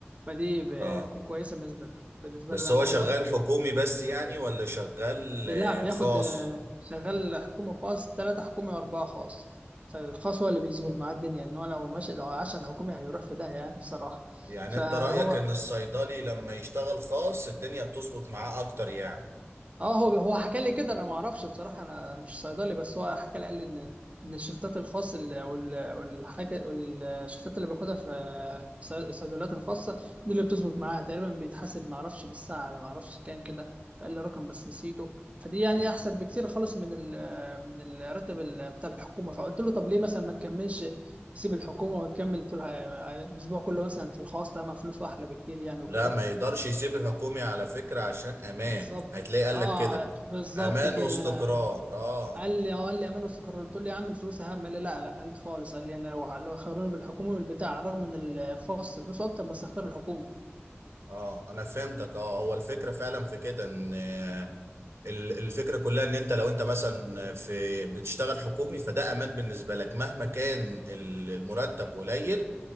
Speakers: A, on the right; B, on the right.
A: فدي ب-
B: اه
A: دي كويسه بالنسبه بالنسبه
B: بس
A: له يعني
B: هو
A: هو
B: شغال حكومي بس يعني ولا شغال
A: لا
B: آه،
A: بياخد
B: خاص
A: آه، شغال حكومي خاص تلاتة حكومي وأربعة خاص فالخاص هو اللي بيظبط معاه الدنيا إن هو لو ماشي لو عاش على الحكومي هيروح في داهية يعني بصراحة
B: يعني
A: فهو
B: انت رأيك ان الصيدلي لما يشتغل خاص الدنيا بتظبط معاه اكتر يعني
A: اه هو هو حكى لي كده انا ما اعرفش بصراحه انا مش صيدلي بس هو حكى لي قال لي ان ان الشفتات الخاص ال- وال- والحاجه الشفتات اللي باخدها في الصي- الصيدليات الخاصه دي اللي بتظبط معاها تقريبا بيتحاسب ما اعرفش بالساعه على ما اعرفش كام كده قال لي رقم بس نسيته فدي يعني
B: مم.
A: احسن بكتير خالص من ال من الراتب ال- بتاع الحكومه فقلت له طب ليه مثلا ما تكملش تسيب الحكومه وتكمل طول الاسبوع كله مثلا في الخاص طالما فلوسه احلى بكتير يعني وكده
B: لا ما يقدرش يسيب الحكومي على فكرة عشان امان
A: بالظبط
B: هتلاقي قالك
A: اه
B: كده
A: بالظبط
B: امان
A: كده
B: واستقرار اه
A: قال لي اه قال لي امان واستقرار قلت له يا عم الفلوس اهم قال لي لا لا قال لي خالص قال لي انا لو لو خيروني بالحكومه والبتاع رغم ان ال- الخاص فلوسه اكتر بس اختار الحكومه
B: اه انا فهمتك اه هو الفكرة فعلا في كده ان آه، ال- الفكرة كلها ان انت لو انت مثلا في بتشتغل حكومي فده امان بالنسبة لك مهما كان ال- المرتب قليل